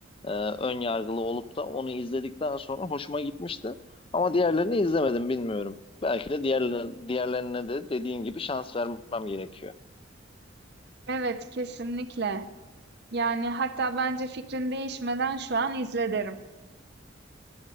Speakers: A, on the left; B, on the right.
A: e, ön yargılı olup da onu izledikten sonra hoşuma gitmişti. Ama diğerlerini izlemedim bilmiyorum. Belki de diğerlerine, diğerlerine de dediğin gibi şans vermem gerekiyor.
B: Evet, kesinlikle. Yani hatta bence fikrin değişmeden şu an izle derim.